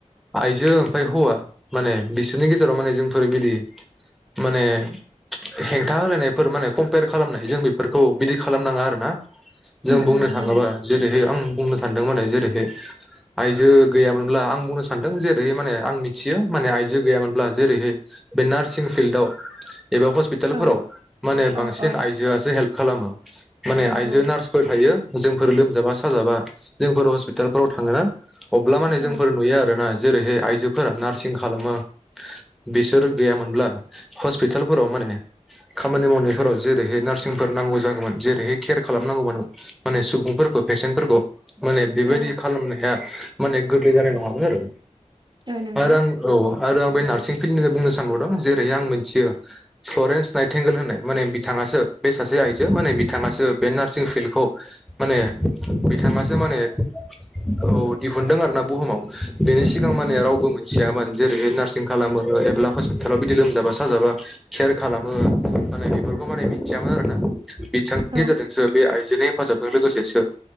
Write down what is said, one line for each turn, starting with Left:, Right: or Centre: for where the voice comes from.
Centre: आइजो ओमफ्राय हौवा माने बिसोरनि गेजेराव माने जोंफोर बिदि माने हेंथा होलायनायफोर माने कम्पेयार खालामनाय जों बेफोरखौ बिदि खालामनाङा आरो ना। जों
Right: उम
Centre: बुंनो
Right: उम
Centre: थाङोबा
Right: नंगौ
Centre: आं बुंनो सदों माने जेरैहै आइजो गैयामोनब्ला आं बुंनो सानदों जेरै माने आं मिथियो माने आइजो गैयामोनब्ला जेरैहाय बे नार्सिं फिल्डआव एबा हस्पिटालफोराव
Right: औ
Centre: माने बांसिन
Right: औ औ
Centre: आइजोआसो हेल्प खालामो। माने
Right: नंगौ
Centre: आयजो नार्सफोर थायो। जों फोर लोमजाबा साजाबा जोंफोर हस्पिटालफोराव थाङोना? अब्ला माने
Right: औ
Centre: जोंफोर नुयो आरोना। जेरैहाय आइजोफोरा नार्सिं खालाम बिसोर गैयामोनब्ला हस्पिटालफोराव माने खामानि मावनायफोराव जेरैहाय नार्सिंफोर नांगौ जागौमोन जेरैहाय केयार खालामनांगौमोन माने सुबुं फोरखौ फेसेनफोरखौ। माने बेबायदि
Right: औ
Centre: खालामनाया माने गोरलै जानाय नङामोन आरो।
Right: ओ नंगौ
Centre: आरो आं औ। आरो आं बे नार्सिं फिल्ड होन बुंनो सानबावदों जेरैहाय आं मिनथियो फ्लरेन्स नाइथेंगेल होननाय माने बिथाङासो बे सासे आइजो माने बिथाङासो बे नार्सिं फिल्डखौ माने बिथाङासो माने औ दिहुुनदों आरोना बुहुमाव। बेनि सिगां
Right: उम
Centre: माने
Right: उम
Centre: रावबो मोनथिया मानो जेरै नार्सिं खालामो एब्ला हस्पिटालाव बिदि लोमजाबा साजाबा केयार खालामो माने बेफोरखौ माने मिथियामोन आर ना। बिथांनि
Right: औ
Centre: गेजेरजोंदोंसो बे आइ हेफाजाब। बे लोगोसेसो